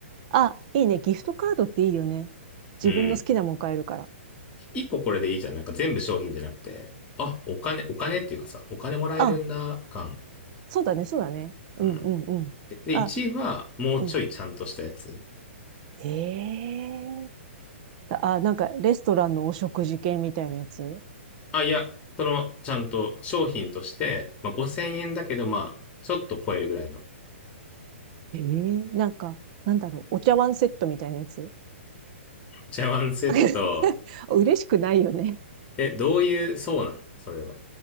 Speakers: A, on the right; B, on the left.
A: あ、いいね。ギフトカードっていいよね。自分の好きなもん買えるから。
B: うん。一個これでいいじゃん。なんか全部商品じゃなくて、あ、お金、お金っていうかさ、お金もらえるんだ、
A: あ、
B: 感。
A: そうだね、そうだね。うんうんうん。
B: うん。で、で、
A: あ、
B: 1位は、もうちょいちゃんとしたやつ。
A: うん。ええあ、なんか、レストランのお食事券みたいなやつ
B: あ、いや、その、ちゃんと商品として、まあ、5000円だけど、まあ、ちょっと超えるぐらいの。
A: ええなんか、なんだろう、お茶碗セットみたいなやつ
B: 茶碗セット。
A: <laughs> 嬉しくないよね。
B: え、どういう、そうなのそれは。